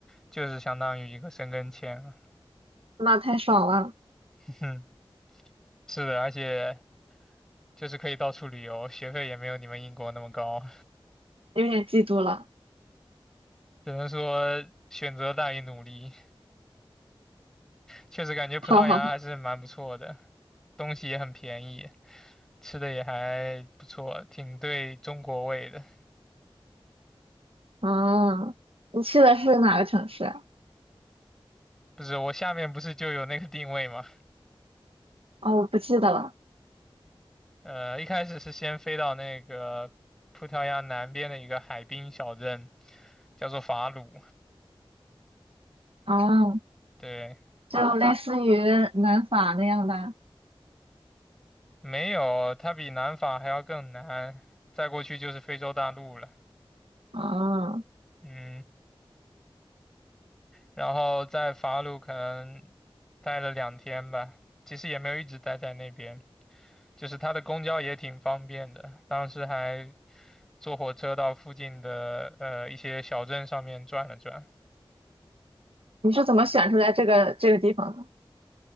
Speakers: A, in the centre; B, on the right (about 75°).
A: 就是相当于一个申根签了。
B: 那太爽了，
A: <laughs> 哼，是的，而且就是可以到处旅游，学费也没有你们英国那么高，
B: 有点嫉妒了。
A: <laughs> 只能说选择大于努力。确实感觉葡萄牙还是蛮不错的，
B: 好好好，
A: 东西也很便宜，吃的也还不错，挺对中国胃的。
B: 嗯，你去的是哪个城市？
A: 不是，我下面不是就有那个定位吗？
B: 哦，我不记得了。
A: 呃，一开始是先飞到那个葡萄牙南边的一个海滨小镇，叫做法鲁。
B: 哦，
A: 对，
B: 就类似于南法那样的。
A: 没有，它比南法还要更南，再过去就是非洲大陆了。
B: 哦，
A: 嗯，然后在法鲁可能待了两天吧，其实也没有一直待在那边，就是它的公交也挺方便的，当时还坐火车到附近的呃一些小镇上面转了转，
B: 你是怎么选出来这个这个地方的？